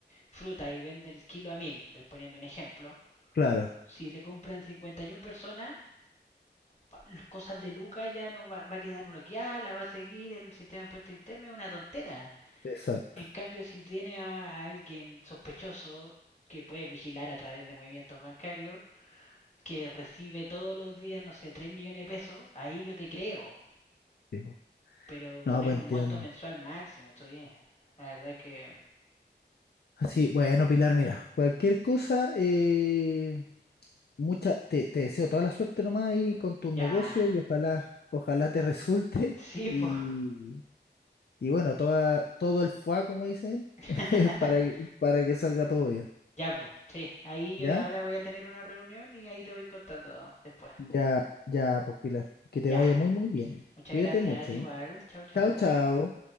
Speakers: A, on the left; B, on the left.
A: fruta y vende el kilo a mil, estoy poniendo un ejemplo,
B: claro,
A: si le compran 51 personas, pa- las cosas de Luca ya no va, va a quedar bloqueada, la va a seguir el sistema de impuestos interno, es una tontera.
B: exacto.
A: En cambio, si tiene a, a alguien sospechoso que puede vigilar a través de movimientos bancarios, que recibe todos los días, no sé, 3 millones de pesos, ahí yo te creo.
B: sí, po.
A: Pero poner
B: No, pues
A: un
B: entiendo.
A: monto mensual máximo, estoy La verdad que
B: Así, bueno, Pilar, mira, cualquier cosa, eh, mucha, te, te deseo toda la suerte nomás ahí con tu negocio
A: ya,
B: y ojalá, ojalá te resulte.
A: sí,
B: Y,
A: po.
B: y bueno, toda, todo el fuá, como dicen,
A: <laughs>
B: <laughs> para, que- para que salga todo bien.
A: ya, po, sí. Ahí
B: ¿Ya?
A: yo ahora voy a tener una reunión y ahí te voy contando después.
B: Ya, ya, pues Pilar, que te
A: Ya,
B: vaya muy, muy bien.
A: muchas
B: Cuídate
A: gracias,
B: mucho.
A: igual. Chao, chao.
B: Chao, chao.